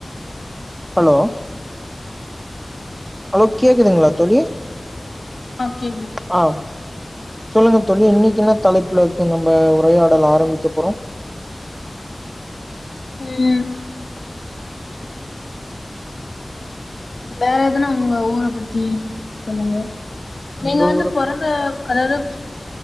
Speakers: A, on the right; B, on the left.
A: hello hello கேக்குதுங்களா தோலி
B: ஆ கேக்குது.
A: ஆஹ் சொல்லுங்க தழி இன்னைக்கு என்ன தலைப்புல இருக்கு நம்ம ஒரையாட உடல் ஆரம்பிக்க போறோம்
B: உம் வேற எதுனா உங்க ஊரை பத்தி சொல்லுங்க நீங்க
A: எங்க
B: வந்து
A: ஊரு
B: பிறந்த அதாவது